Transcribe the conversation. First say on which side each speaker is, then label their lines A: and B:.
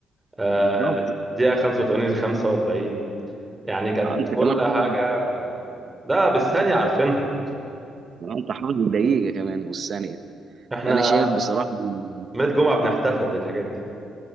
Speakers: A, on the right; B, on the right.
A: آه،
B: بالظبط
A: دقيقه 85 45 يعني كانت
B: آه، انت
A: كل
B: كمان
A: حاجه
B: حافظ
A: لا بالثانيه عارفينها
B: آه، انت حافظ الدقيقه كمان والثانيه
A: احنا
B: فانا شايف بصراحه إن-
A: ميت جمعه بنحتفل بالحاجات دي